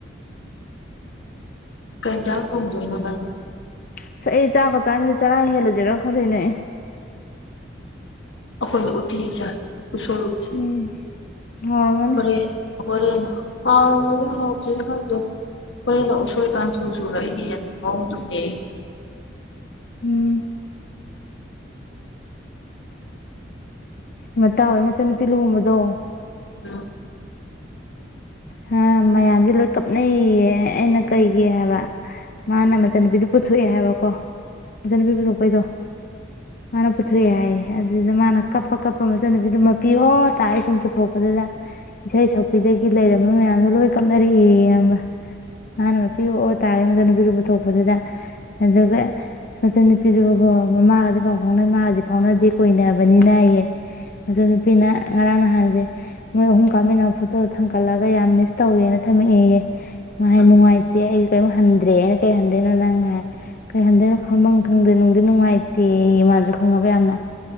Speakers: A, on the left; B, on the left.
A: ꯀꯩ ꯏꯁꯥꯡ ꯊꯣꯡꯗꯣꯏꯅꯣ ꯅꯪ꯫
B: ꯑꯁ ꯑꯩ ꯆꯥꯛꯀ ꯆꯥꯅꯤꯗꯦ ꯆꯔꯥ ꯍꯦꯜꯂꯖꯤꯔ ꯈꯜꯂꯤꯅꯦ꯫
A: ꯑꯩꯈꯣꯏ ꯎꯠꯇꯤ ꯆꯥꯏ ꯎꯁꯣꯏ ꯎꯇꯤ
B: ꯎꯝ ꯍꯧꯔꯝꯃꯅꯤ
A: ꯍꯣꯔꯦꯟ ꯍꯣꯔꯦꯟꯅ꯫ ꯍꯥꯎꯔꯤꯔ ꯍꯥꯎꯇꯔꯤꯔ ꯈꯪꯗꯦꯗ꯫ ꯍꯣꯔꯦꯟꯗꯣ ꯎꯁꯣꯏ ꯀꯥꯡꯁꯨ ꯁꯨꯔꯛꯏꯒꯦ ꯌꯦꯟꯗꯣ ꯉꯧꯗꯣꯏꯅꯦ꯫
B: ꯎꯝ꯫ ꯃꯇꯥꯎ ꯍꯣꯏ ꯃꯆꯟꯅꯨꯄꯤ ꯂꯨꯍꯣꯡꯕꯗꯣ꯫
A: <unintelligible>
B: ꯑ ꯃꯌꯥꯝꯁꯦ ꯂꯣꯏ ꯀꯥꯞꯅꯩꯌꯦ ꯑꯩꯅ ꯀꯩꯒꯤ ꯍꯥꯏꯕ꯫ ꯃꯥꯅ ꯃꯆꯥꯟꯅꯨꯄꯤꯗꯨ ꯄꯨꯊꯣꯛꯑꯦ ꯍꯥꯏꯕꯀꯣ ꯃꯆꯟꯅꯨꯄꯤ ꯄꯨꯊꯣꯛꯄꯩꯗꯣ꯫ ꯃꯥꯅ ꯄꯨꯊꯣꯛꯑꯦ ꯍꯥꯏꯌꯦ ꯑꯗꯨꯗ ꯃꯥꯅ ꯀꯞꯄ ꯀꯞꯄ ꯃꯆꯟꯅꯨꯄꯤꯗꯨꯣ ꯃꯄꯤ ꯑꯣꯔ ꯇꯥꯏꯑꯦ ꯁꯨꯝ ꯄꯨꯊꯣꯛꯄꯗ ꯑꯗꯨꯅ ꯏꯁꯩ ꯁꯛꯄꯤꯗꯒꯤ ꯂꯩꯔꯝꯕ ꯃꯌꯥꯝꯗꯣ ꯂꯣꯏ ꯀꯞꯅꯔꯛꯏ ꯏꯌꯥꯝꯕ꯫ ꯃꯥꯟꯅ ꯃꯄꯤ ꯑꯣ ꯇꯥꯔꯦ ꯃꯆꯟꯅꯨꯄꯤꯗꯨ ꯄꯨꯊꯣꯛꯄꯗꯨꯗ ꯑꯗꯨꯒ ꯑꯁ ꯃꯆꯟꯅꯨꯄꯤꯗꯨ ꯑꯣ ꯃꯃꯥꯒꯗꯤ ꯄꯥꯎ ꯐꯥꯎꯅꯩ ꯃꯥꯒꯗꯤ ꯐꯥꯎꯅꯗꯦ ꯀꯣꯏꯅꯕꯅꯤꯅ ꯑꯌꯦ ꯃꯆꯟꯅꯨꯄꯤꯅ ꯉꯔꯥꯡ ꯅ ꯅꯍꯥꯟꯖꯦ ꯃꯣꯏ ꯑꯍꯨꯝ ꯄꯥꯃꯤꯟꯅꯕ ꯐꯣꯇꯣ ꯊꯥꯡꯒꯠꯂꯒ ꯌꯥꯝ ꯃꯤꯁ ꯇꯧꯋꯦꯅ ꯊꯝꯃꯛꯑꯦꯌꯦ ꯃꯥ
A: ꯎꯝ
B: ꯅꯨꯡꯉꯥꯏꯇꯦ ꯑꯩ ꯀꯩꯝ ꯍꯟꯗ꯭ꯔꯦꯑꯦ ꯑꯩꯅ ꯀꯩ ꯍꯟꯗꯣꯏꯅꯣ ꯅꯪ ꯍꯥꯏ ꯀꯩ ꯍꯟꯗꯣꯏꯅꯣ ꯈꯪꯐꯝ ꯈꯪꯗꯦ ꯅꯨꯡꯗꯤ ꯅꯨꯡꯉꯥꯏꯇꯦꯌꯦ <unintelligible> ꯈꯪꯉꯕ ꯌꯥꯝꯅ꯫